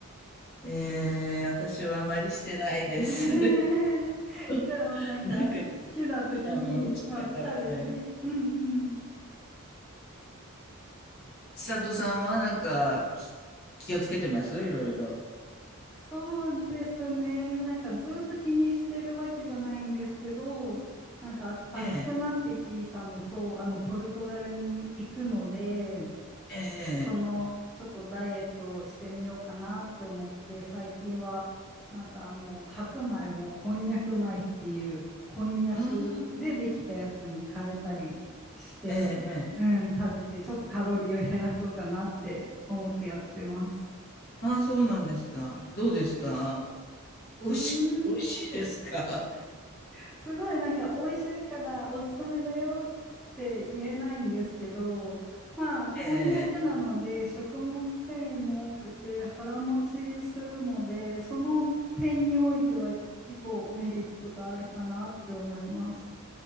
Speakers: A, on the left; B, in the centre.
A: ええ、私はあまりしてないです。
B: <laughs>
A: <laughs>
B: じゃあもうなんか好きな時に、
A: なんか、好きなものしか食べない。
B: まあ、食べて、うんうん。
A: 千里さんはなんか、き気をつけてますいろいろ。
B: そうですね。なんかずっと気にしてるわけじゃないんですけど、なんかあ暑くなって聞いたのと、
A: ええ、
B: あのポルトガルに行くので、
A: え
B: そのちょっとダイエットをしてみようかなって思って最近はなんかあの白米をこんにゃく米っていうこんにゃくでできたやつに変えたりして、
A: え、ええああ、ええ、ええ。
B: うん、食べてちょっとカロリーを減らそうかなって思ってやってます。
A: ああ、そうなんですか。どうですかおいし、
B: うーん、
A: 美味しいですか
B: すごいなんか美味しいからおすすめだよって言えないんですけど、まあこんにゃくなので食物繊維も多くて腹持ちするので、
A: ええ。
B: その点においては結構メリットがあるかなって思います。